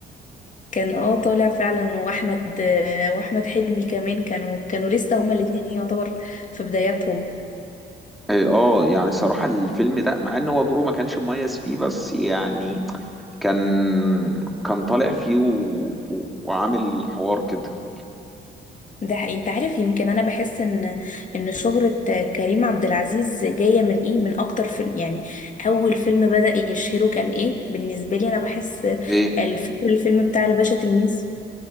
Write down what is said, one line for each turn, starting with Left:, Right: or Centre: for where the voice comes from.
Left: كان اه طالع فعلا واحمد آه، واحمد حلمي كمان كانوا كانوا لسه هما الاتنين يعتبر في بداياتهم
Centre: اه يعني صراحه الفيلم ده مع ان هو دوره ما كانش مميز فيه بس يعني كان كان طالع فيه و... و... وعامل حوار كده
Left: ده حقيقي انت عارف يمكن انا بحس ان ان شهرة آه، كريم عبد العزيز جاية من ايه من اكتر فيلم يعني اول فيلم بدأ يشهره كان ايه بالنسبة لي انا بحس آه،
Centre: ايه
Left: فاكر الفيلم بتاع الباشا تلميذ